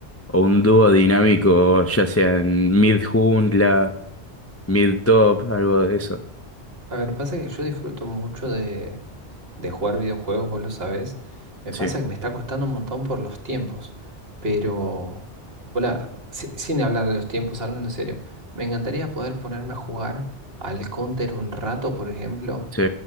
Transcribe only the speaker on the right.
A ver, pasa que yo disfruto mucho de, de jugar videojuegos, vos lo sabés. Me
pasa que me está costando un montón por los tiempos. Pero, hola, si- sin hablar de los tiempos, hablando en serio, me encantaría poder ponerme a jugar al Counter un rato, por ejemplo.